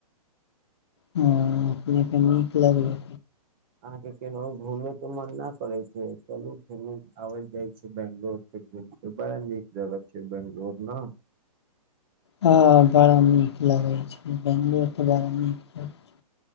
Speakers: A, on the left; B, on the right.
A: हँ अपनेके नीक लगलै
B: अहाँके केनाहूँ घूमैके मन न करै छै चलू घुमि आबल जाइ छै बैंगलोर से बड़ा नीक जगह छै बंगलोर न
A: हँ बड़ा नीक लगै छै बेंगलोर तऽ बड़ा नीक लगै छै